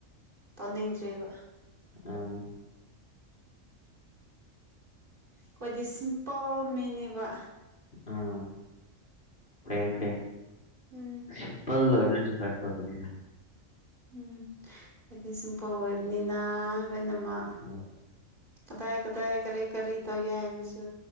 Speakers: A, on the right; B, on the left.
A: ꯇꯧꯅꯤꯡꯗ꯭ꯔꯦꯕ
B: ꯑꯥ
A: ꯑꯩꯈꯣꯏꯗꯤ ꯁꯤꯝꯄꯜ ꯃꯤꯅꯦꯕ
B: ꯑꯥ ꯐꯩꯌꯦ ꯐꯩꯌꯦ
A: ꯎꯝ
B: ꯁꯤꯝꯄꯜ ꯑꯣꯏꯕꯅꯁꯨ ꯐꯩ ꯐꯕꯅꯤꯅ
A: ꯎꯝ ꯑꯩꯗꯤ ꯁꯤꯝꯄꯜ ꯑꯣꯏꯕꯅꯤꯅ ꯂꯣꯏꯅꯃꯛ
B: ꯎꯝ
A: ꯀꯗꯥꯏ ꯀꯗꯥꯏ ꯀꯔꯤ ꯀꯔꯤ ꯇꯧꯒꯦ ꯍꯥꯏꯕꯁꯨ